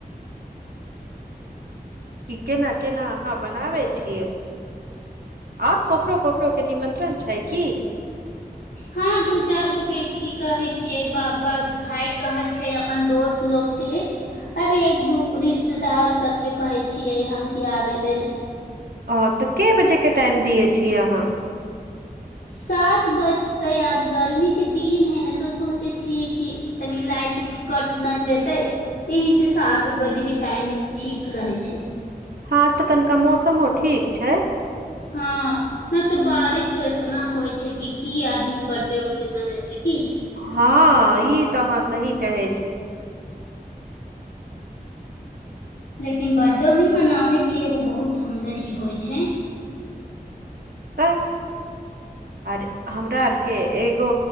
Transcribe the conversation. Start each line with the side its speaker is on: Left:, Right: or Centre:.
Right: क केना केना अहाँ बनाबै छियै। आर ककरो ककरो के निमंत्रण छैय की?
Left: हँ दू चारि गो व्यक्ति कहे छियै बाबा भाय कहल छैय अपन दोस्त लोग के। अरे एक दू रिश्तेदार सबके कहै छियै हम। की आबे लेल
Right: अ तऽ के बजे के टाइम दिये छीय अहाँ?
Left: सात बजते आज गर्मी के दिन है ने तो सोचे छियै कि तनि लाइट उइट कट नहि जेतै। यही से सात बजे के टाइम ठीक रहे छैय।
Right: हँ तऽ तनिका मौसमो ठीक छैय।
Left: हँ हँ तो बारिश तो एतना होइ छैय कि की आदमी पड्डे उड्डे मनेते की?
Right: हँ ई तऽ अहाँ सही कहै छी।
Left: लेकिन बर्थडे भी मनावे के एगो बहुत सुंदर ई होय छैय।
Right: तऽ आरे हमरा आरके एगो